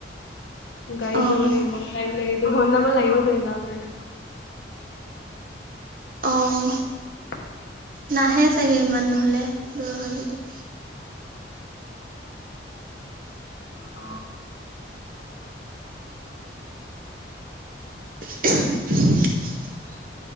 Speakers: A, on the left (about 70°); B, on the right (about 50°).
A: গাড়ীত
B: অঁ
A: যাব লাগিব টাইম লাগে। দুঘন্টামান লাগিব চাগে যাওঁতে
B: অঁ
A: <unintelligible> <inaudible>
B: নাহে চাগে ইমান নহ'লে দূৰ হয় যদি
A: অ,
B: <inaudible>